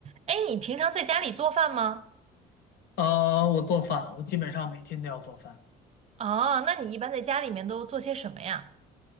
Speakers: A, on the right; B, on the left.
A: 哎，你平常在家里做饭吗？
B: 呃，我做饭，我基本上每天都要做饭。
A: 啊，那你一般在家里面都做些什么呀？